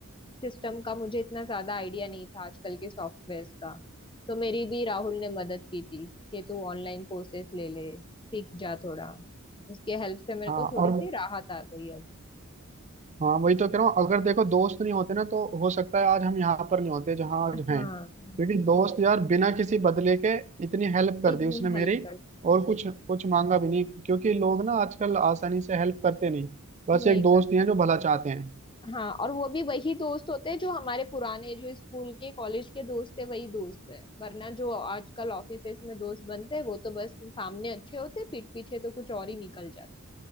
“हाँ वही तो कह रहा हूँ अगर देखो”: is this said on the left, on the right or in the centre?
Right